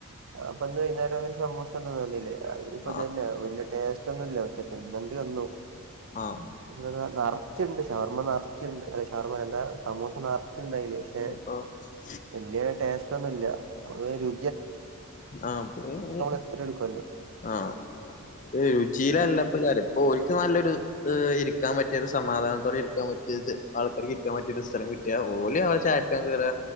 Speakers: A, on the right (about 65°); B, on the left (about 35°).
A: അപ്പൊ ഇന്നേ വൈകുന്നേരം സമുസ ഒന്നും തന്നില്ലേ. അതിലെപ്പാതെന്നെ
B: ആഹ്
A: വലിയ ടേസ്റ്റ് ഒന്നുല്ല പക്ഷെ തിന്നണ്ടി വന്നു.
B: ആഹ്
A: <unintelligible> ച്ച്ണ്ട് ഷവർമ്മ നെറച്ച്ണ്ട് അല്ല ഷവർമ്മ എന്താ സമൂസാ നെ ച്ച്ണ്ടായില്ല പക്ഷെ
B: ഉം
A: വല്യേ ടേസ്റ്റ് ഒന്നുംല്ല രു
B: ആഹ് <unintelligible>
A: എത്ര എടുക്കുമല്ലോ
B: ആഹ് ഏഹ് രുചിലല്ല പ്പ കാര്യം ഓൽക്ക് നല്ലൊരു ഈഹ് ഇരിക്കാൻ പറ്റിയത് സമാധാനത്തോടെ ഇരിക്കാൻ പറ്റിയത് ആൾക്കാർക്ക് ഇരിക്കാൻ പറ്റിയൊരു സ്ഥലം കിട്ടിയാ ഓല് അവ ചായട്ക്കാൻ കേറ്കാ